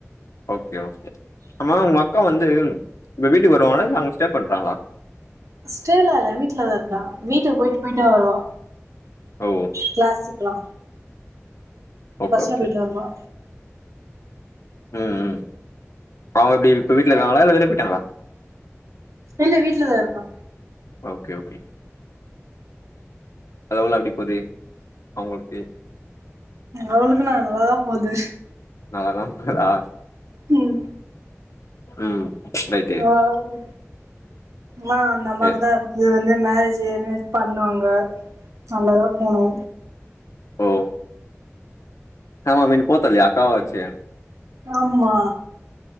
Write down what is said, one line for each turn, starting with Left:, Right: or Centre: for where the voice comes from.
Left: ஓகே ஓகே ஆமா உங்க அக்கா வந்து இப்போ வீட்டுக்கு வருவாங்களங்க இல்ல அங்க ஸ் டே பண்றங்களா
Right: ஸ்டேலா இல்ல வீட்லதா இருக்கா வீட்டுக்கு போயிட்டு போயிட்டு வருவா
Left: ஓ
Right: கிளாசுக்லா
Left: ஓகே
Right: பஸ்ல
Left: ஓகே
Right: போயிட்டு வருவா
Left: ம் ம் அவுங்க எப்டி இப்ப வீட்ல இருக்காங்ளா இல்ல வெளில போயிட்டாங்ளா
Right: இல்ல வீட்லதா இருக்கோ
Left: ஓகே ஓகே வேலெல்லா எப்படி போகுது அவுங்களுக்கு
Right: அவளுக்கு என்ன நல்லாதா போது
Left: நல்லாதா போதா
Right: ம்
Left: ம் ரைட்டு
Right: வாவுது ஆனா அந்தம்மாக்குதா
Left: எ
Right: அடுத்தது வந்து மேரேஜு இந் மாரி பண்ணாங்க நல்லா தா போனோ
Left: ஓ ஆமா <unintelligible> அக்காவாச்சே
Right: ஆமா